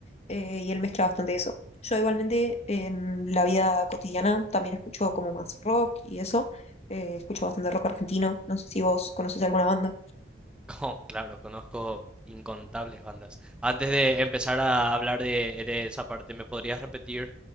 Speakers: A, on the left; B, in the centre.
A: Eh, y él mezcla bastante eso. Yo igualmente en la vida cotidiana también escucho como más rock y eso. Eh, escucho bastante rock argentino. No sé si vos conoces alguna banda.
B: Oh, claro, conozco incontables bandas. Antes de empezar a hablar de, de esa parte, ¿me podrías repetir